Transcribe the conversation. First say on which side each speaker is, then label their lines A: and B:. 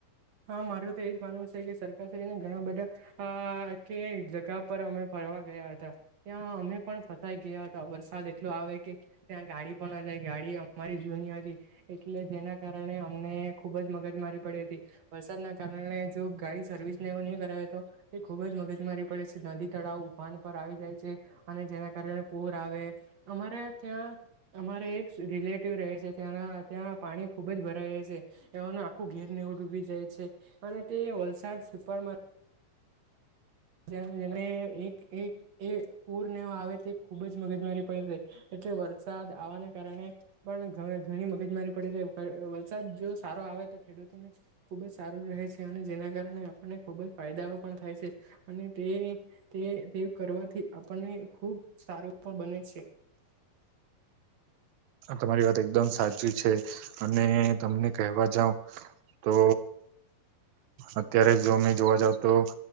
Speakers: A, on the right; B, on the right.
A: હા, મારે તો એજ માનવું છે, કે સરકાર શને ઘણા બધા કે જગા પર અમે ફર ગયા હતા ત્યાં અમે પણ ફસાઈ ગયા હતા વરસાદ એટલો આવે કે ત્યાં ગાડી પણ જાય ગડી ગાડી અમારી જૂની હતી એટલે જેના કારણે અમને ખુબ જ મગજ મારી પડી હતી, વરસાદના કારણે જો ગાડી સર્વિસને નહીં કરાવે તો તે ખુબ જ મગજ મારી પડે છે. નદી તળાવ ઉફાન પર આવી જાય છે, અને જેના કારણે પૂર આવે અમારે ત્યાં અમારે એક રિલેટિવ રહે છે, ત્યાંના ત્યાં પાણી ખુબ જ ભરાય જ છે, ને આખું ઘેર નેવ ડૂબી જાય છે, અને તે વલસાડ છેપરમાં જેને એક એ પૂરને આવે તે ખુબ જ મગજ મારી પ એટલે વરસાદ આવવાના કારણે પણ ઘણી મગજમારી પડે છે. વરસાદ જો સારો આવે તો ખેડૂતોને ખુબ જ સારું રહે છે અને જેના કારણે આપણને ખુબ જ ફાયદાઓ પણ થાય છે. અને તે તે કરવાથી આપણને ખુબ સારું. બને છે.
B: તમારી વાત એકદમ સાચી છે અને. તમને કહેવા જાવ તો અત્યારે જોમે જોવા જાવ તો